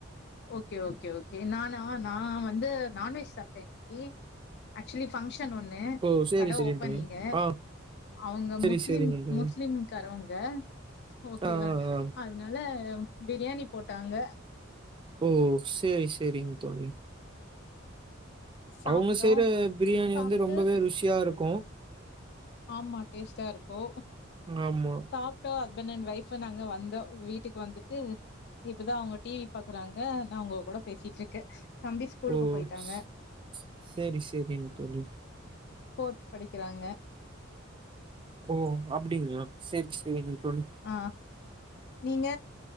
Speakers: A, on the left; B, on the right.
A: ஓகே ஓகே ஓகே நானா நா வந்து நான்வெஜ் சாப்டே ஏ ஆக்சுவலி பங்க்ஷன் ங்க்ஷன் ஒண்ணு
B: ஓ சேரி
A: கட
B: சேரிங்க
A: ஓப்பனிங்கு
B: தோழி ஆ
A: அவங்க
B: சேரி
A: முஸ்லிம்
B: சேரிங்க தோழி
A: முஸ்லிம் காரவங் ஏ ஓகேவா
B: ஆ ஆ ஆ
A: அதனால பிரியாணி போட்டாங்க
B: ம் செரி செரிங்க தோழி
A: சாப்ட்டோ
B: அவுங்க செய்ற பிரியாணி
A: சாப்ட்டு
B: வந்து ரொம்பவே ருசியா இருக்கு
A: ஆமா டேஸ்டா இருக்கோ
B: ஆமா
A: சாப்ட்டோம் ஹஸ்பனன் ஒய்ப்னு நாங்க வந்தா வீட்டுக்கு வந்துட்டு இப்பதா அவுங்க டிவி பாக்குறாங்க நா உங்க கூட பேசிட் இருக்கே தம்பி ஸ்கூலுக்கு
B: ம்
A: போயிட்டாங்க
B: ஸ் ஸ் செரி செரின் தொழி
A: ஃபோர்த் படிக்கிறாங்க
B: ஓ அப்டிங்ளா செரி செரிங்க தோழி
A: ஆ நீங்க